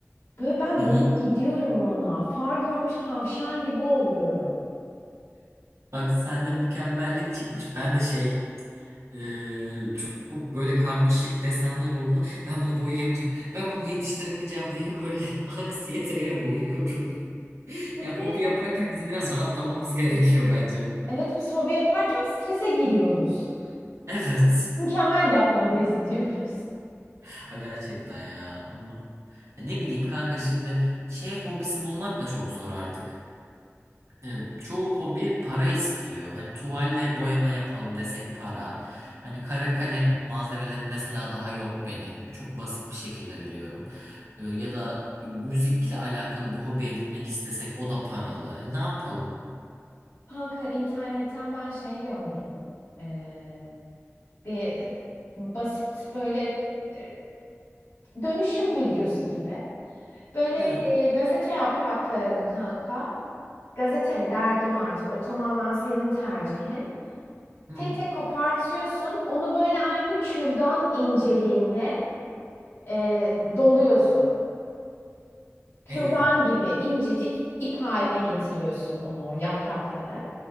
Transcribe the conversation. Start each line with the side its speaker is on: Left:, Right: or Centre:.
Left: Böyle ben
Right: Hı
Left: dalıp
Right: hı.
Left: gidiyorum ona. Far görmüş tavşan gibi oluyorum.
Right: Bak sende mükemmellik çıkmış. Ben de şey e, çok, çok böyle karmaşık desenler olduğunu ben bunu boyayamayacağım. Ben bunu yetiştiremeyeceğim diye böyle <laughs> aksiyeteyle boyuyorum.
Left: Bir
Right: Ya
Left: de
Right: hobi yaparken bizim biraz rahatlamamız gerekiyor bence.
Left: evet biz hobi yaparken strese giriyoruz.
Right: Evet.
Left: Mükemmel yapmalıyız <laughs> diyoruz.
Right: Ha, gerçekten ya. Ama ya ne bileyim kanka şimdi şey hobisi bulmak da çok zor artık. E, çoğu hobi para istiyor. Hani tuvalle boyama yapalım desek para. Hani kara kalem malzemelerim mesela daha yok benim. Çok basit bir şekilde biliyorum. E, ya da müzikle alakalı bir hobi edinmek istesek o da paralı. E, ne yapalım?
Left: Kanka internetten ben şey gördüm. Ee, bir basit böyle e, dönüşüm videosu gibi. Böyle
Right: He.
Left: e, gazete yapraklarını kanka, gazete mi dergi mi artık o tamamen senin tercihin.
Right: Hı.
Left: Tek tek kopartıyorsun. Onu böyle aynı kürdan inceliğinde e, doluyorsun. Kürdan
Right: E.
Left: gibi incecik ip haline getiriyorsun onu o yaprakları.